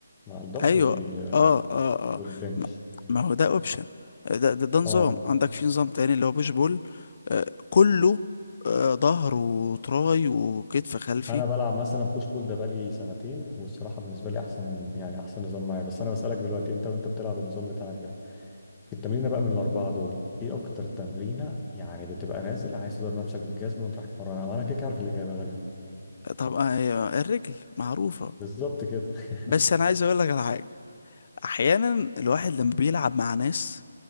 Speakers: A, on the left; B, on the left.
A: مع الظهر
B: ايوه
A: وال...
B: اه اه اه
A: والبنش
B: ما, ما هو ده اوبشن ده, ده ده نظام
A: اه
B: عندك في نظام تاني اللي هو بوش بول آه كله آه ظهر وتراي وكتف خلفي
A: انا بلعب مثلا بوش بول ده بقالي سنتين والصراحة بالنسبة لي احسن يعني احسن نظام معايا بس انا بسألك دلوقتي انت وانت بتلعب النظام بتاعك ده في التمرينة بقى من الاربعة دول ايه اكتر تمرينة يعني بتبقى نازل عايز تضرب نفسك بالجزمة وتروح تتمرنها وانا كده كده عارف الاجابة غالبا
B: طبعا آه الرجل معروفة
A: بالظبط كده <laughs>
B: بس انا عايز اقول لك على حاجة احيانا الواحد لما بيلعب مع ناس